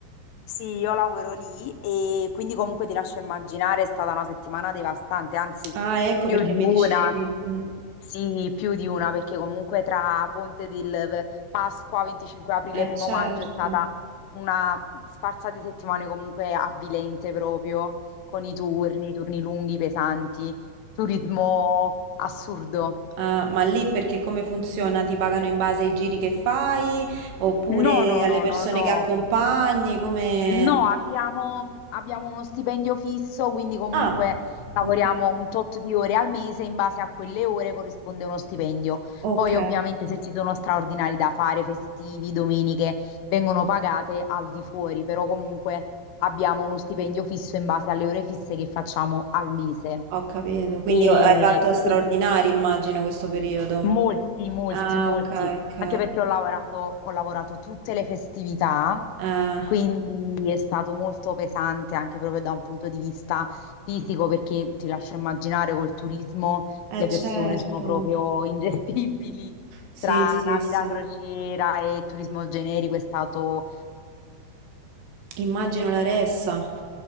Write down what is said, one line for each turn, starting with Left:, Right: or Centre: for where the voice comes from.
Left: Sì, io lavoro lì e quindi comunque ti lascio immaginare, è stata una settimana devastante, anzi
Right: Ah, ecco
Left: più
Right: perché
Left: di una,
Right: mi dicevi. Mm.
Left: sì, più di una, perché comunque tra Ponte del V- Pasqua, 25 aprile,
Right: Eh,
Left: primo
Right: certo.
Left: maggio è stata una sfarza di settimane comunque avvilente proprio, con i turni, turni lunghi, pesanti, turismo assurdo.
Right: Ah, ma lì perché come funziona? Ti pagano in base ai giri che fai oppure
Left: No, no,
Right: alle
Left: no,
Right: persone
Left: no, no.
Right: che accompagni? Come...
Left: No, abbiamo, abbiamo uno stipendio fisso, quindi comunque
Right: Ah,
Left: lavoriamo
Right: ok.
Left: un tot di ore al mese, in base a quelle ore corrisponde uno stipendio.
Right: Ok,
Left: Poi ovviamente se ci sono straordinari da fare, festivi, domeniche, vengono pagate al di fuori, però comunque abbiamo uno stipendio fisso in base alle ore fisse che facciamo al mese.
Right: ho capito. Quindi
Left: E
Right: hai fatto straordinari,
Left: e
Right: immagino, questo periodo.
Left: molti, molti,
Right: Ah,
Left: molti,
Right: ok, ok.
Left: anche perché ho lavorato, ho lavorato tutte le festività.
Right: Eh,
Left: Quindi è stato molto pesante anche proprio da un punto di vista fisico, perché ti lascio immaginare col turismo le
Right: Eh certo,
Left: persone sono proprio ingestibili
Right: sì,
Left: tra
Right: sì,
Left: navi
Right: sì.
Left: da crociera e turismo generico, è stato
Right: Immagino la ressa,